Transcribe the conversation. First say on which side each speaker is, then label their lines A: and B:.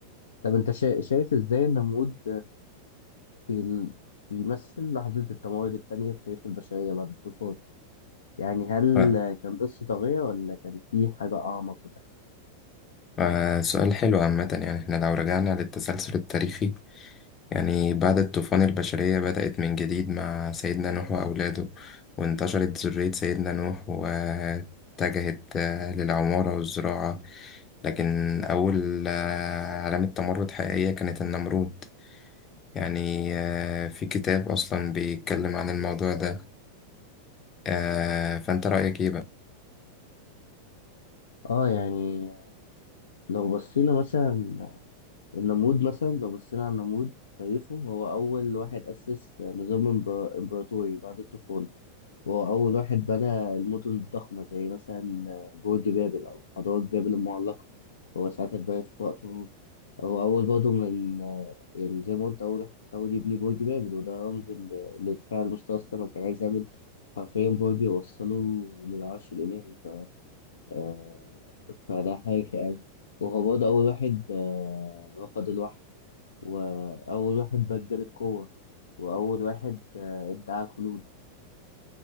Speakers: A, on the left; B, on the left.
A: طب أنت شا- شايف إزاي النمرود بال- بيمثل لحظة التمرد التانية في تاريخ البشرية بعد الطوفان يعني هل
B: ف-
A: كان بس طاغية ولا كان في حاجة أعمق بتحصل؟
B: آه، سؤال حلو عامة يعني احنا لو رجعنا للتسلسل التاريخي يعني بعد الطوفان البشرية بدأت من جديد مع سيدنا نوح وأولاده وانتشرت ذرية سيدنا نوح واتجهت آه، للعمارة والزراعة لكن أول آه، علامة تمرد حقيقية كانت النمرود يعني آه، في كتاب أصلا بيتكلم عن الموضوع ده آه، فأنت رأيك إيه بقى؟
A: آه يعني لو بصينا مثلا النمرود مثلا لو بصينا على النمرود تاريخه هو أول واحد أسس نظام إمبرا- إمبراطوري بعد الطوفان وهو أول واحد بنى المدن الضخمة زي مثلا برج بابل أو حضارة بابل المعلقة هو ساعتها اتبنت في وقته هو أول برضه من يعني زي ما قلت أول واحد حاول يبني برج بابل وده رمز ال- لارتفاع المستوى السما كان عايز يعمل حرفيا برج يوصله للعرش الإلهي ف... آه، فده حاجة يعني وهو برضه أول واحد آه، رفض الوحي وأول واحد بجل القوة وأول واحد آه، ادعى الخلود.